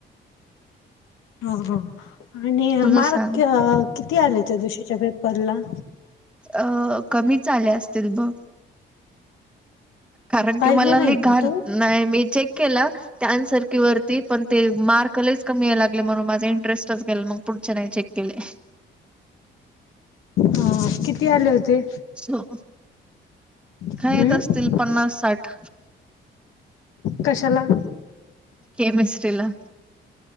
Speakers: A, on the left; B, in the centre.
A: हा हा आणि
B: तुझं
A: मार्क
B: सांग
A: किती आले त्या दिवशीच्या पेपरला
B: अ कमीच आले असतील बघ कारण
A: पाहिले
B: की मला
A: नाही
B: लय
A: का
B: घाण
A: तू
B: नाही. मी चेक केला. त्या आन्सर की वरती पण ते मार्क लईच कमी या लागले म्हणून माझा इंटरेस्टच गेला मग पुढच्या नाही चेक केले.
A: हो किती आले होते?
B: हो खायत
A: हम्म
B: असतील पन्नास साठ
A: कशाला?
B: केमिस्ट्रीला.